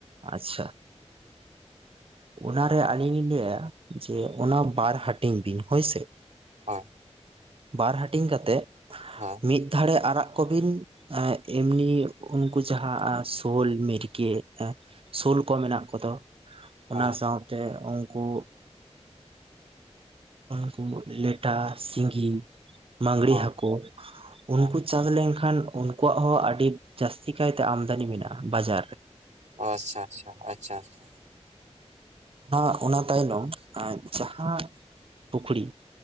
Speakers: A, on the right; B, on the right.
A: ᱟᱪᱪᱷᱟ ᱚᱱᱟᱨᱮ ᱟᱹᱞᱤᱧ ᱞᱤᱧ ᱞᱟᱹᱭᱟ ᱡᱮ ᱚᱱᱟ ᱵᱟᱨ ᱦᱟᱹᱴᱤᱧ ᱵᱤᱱ, ᱦᱳᱭᱥᱮ
B: ᱦᱳᱭ
A: ᱵᱟᱨ ᱦᱟᱹᱴᱤᱧ ᱠᱟᱛᱮᱜ
B: ᱦᱚᱸ
A: ᱢᱤᱫ ᱫᱷᱟᱨᱮ ᱟᱨᱟᱜ ᱠᱚᱵᱤᱱ ᱮᱢᱱᱤ ᱩᱱᱠᱩ ᱡᱟᱦᱟᱸ ᱥᱳᱞ ᱢᱮᱤᱨᱜᱤᱼᱼ ᱥᱩᱞ ᱠᱚ ᱢᱮᱱᱟᱜ ᱠᱚᱫᱚ ᱚᱱᱟ
B: ᱦᱳᱭ
A: ᱥᱟᱶᱛᱮ ᱩᱱᱠᱩ ᱩᱱᱠᱩ ᱞᱮᱴᱟ ᱥᱤᱸᱜᱤ ᱢᱜᱽᱨᱤ
B: ᱦᱳᱭ
A: ᱦᱟᱹᱠᱩ
B: ᱦᱳᱭ
A: ᱩᱱᱠᱩ ᱪᱟᱥ ᱞᱮᱱᱠᱷᱟᱱ ᱟᱠᱚᱣᱟᱜ ᱦᱚᱸ ᱟᱹᱰᱤ ᱡᱟᱹᱟᱥᱛᱤ ᱠᱟᱭᱛᱮ ᱟᱢᱫᱟᱱᱤ ᱢᱮᱱᱟᱜᱼᱟ ᱵᱟᱡᱟᱨ ᱨᱮ ᱾
B: ᱚ ᱟᱪᱪᱷᱟ ᱟᱪᱪᱷᱟ ᱟᱪᱪᱷᱟ ᱟᱪᱪᱷᱟ
A: ᱚᱱᱟ ᱚᱱᱟ ᱛᱟᱭᱱᱚᱢ ᱡᱟᱦᱟᱸ ᱯᱩᱠᱷᱨᱤ